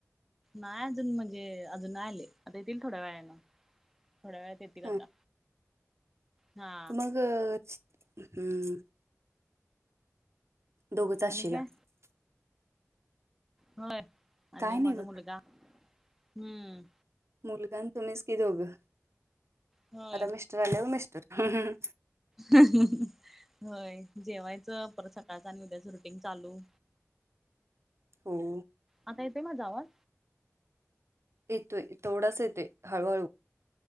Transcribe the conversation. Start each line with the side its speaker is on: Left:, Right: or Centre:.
Centre: नाही अजून म्हणजे, अजून नाय आले, आता येतील थोड्या वेळाने. थोड्या वेळात येतील
Right: हां
Centre: आता, हा.
Right: मग हम्म,, <unintelligible> दोघंच
Centre: आणि
Right: अशीला?
Centre: काय होय, आणि
Right: काय नाही
Centre: माझा
Right: बघा
Centre: मुलगा. हम्म..
Right: मुलगा आणि तुम्हीच कि दोघं,
Centre: होय
Right: आता मिस्टर आल्यावर मिस्टर.
Centre: होय, जेवायचं परत सकाळचं आणि उद्याच रुटिंग चालू.
Right: हो.
Centre: आता येतोय माझा आवाज?
Right: येतोय, तेवडाच येतोय, हळूहळू.